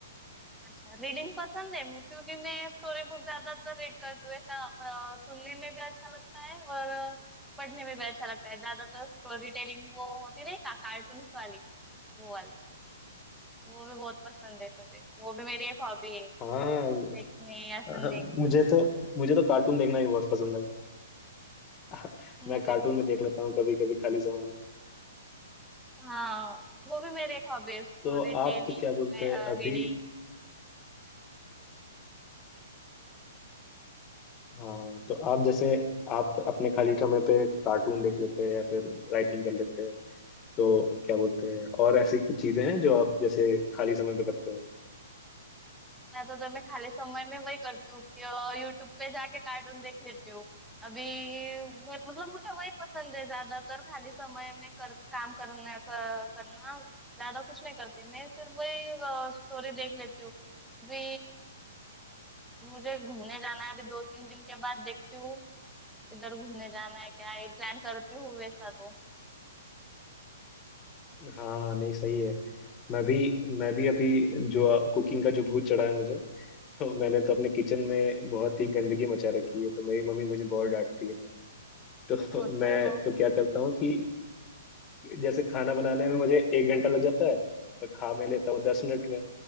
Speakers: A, in the centre; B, on the left.
A: अच्छा रीडिंग पसंद है मुझे, क्योंकि मैं स्टोरी बुक ज्यादातर रीड करती हूँ ऐसा अ, सुनने में भी अच्छा लगता है और अ, पढ़ने में भी अच्छा लगता है ज्यादातर स्टोरी टेलिंग वो होती है ना का, कार्टून्स वाली वो वाली वो भी बहुत पसंद है मुझे वो भी मेरी एक हॉबी है
B: हाँ
A: देखने या सुनने
B: हाँ,
A: की
B: मुझे तो मुझे तो कार्टून देखना ही बहुत पसंद है <laughs>
A: मुझे
B: मैं कार्टून
A: भी
B: में देख लेता हूँ कभी कभी खाली समय में
A: हाँ वो भी मेरी एक हॉबी है स्टोरी
B: तो
A: टेलिंग
B: आप तो क्या बोलते हैं अभी
A: रीडिंग
B: हाँ तो आप जैसे आप अपने खाली समय पे कार्टून देख लेते हैं या फिर राइटिंग कर लेते हैं तो क्या बोलते हैं और ऐसी कुछ चीजें हैं जो आप जैसे खाली समय पे करते हो
A: मैं तो तुम्हें खाली समय में वही करती हूँ कि यूट्यूब पे जाके कार्टून देख लेती हूँ अभी मैं- मतलब मुझे वही पसंद है ज्यादातर खाली समय में कर काम करने क- करना ज्यादा कुछ नहीं करती मैं सिर्फ वही स्टोरी देख लेती हूँ अभी मुझे घूमने जाना है अभी दो तीन दिन के बाद देखती हूँ किधर घूमने जाना है क्या ये प्लान करती हूँ वैसा तो
B: हाँ हाँ नहीं सही है मैं भी मैं भी अभी जो कुकिंग का जो भूत चढ़ा है मुझे तो मैंने तो अपने किचन में बहुत ही गंदगी मचा रखी है तो मेरी मम्मी मुझे बहुत डांटती है तो
A: वो तो
B: मैं
A: है वो
B: तो क्या करता हूँ कि जैसे खाना बनाने में मुझे एक घंटा लग जाता है तो खा मैं लेता हूँ दस मिनट में